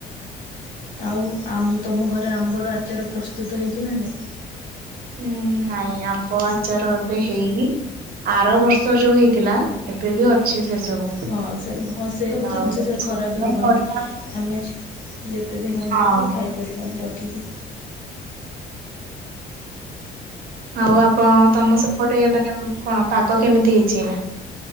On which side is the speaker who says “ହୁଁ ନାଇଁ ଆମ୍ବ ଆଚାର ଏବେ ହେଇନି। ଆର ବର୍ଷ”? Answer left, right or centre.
Right